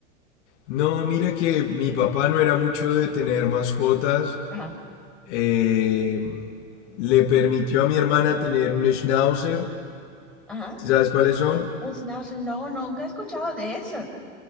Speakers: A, on the left; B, in the centre.
A: No, mira que mi papá no era mucho de tener mascotas.
B: Ajá,
A: Eh, le permitió a mi hermana tener un schnauzer.
B: ajá.
A: ¿Sí ¿Sabes cuáles son?
B: Un schnauzer, no, nunca he escuchado de esas.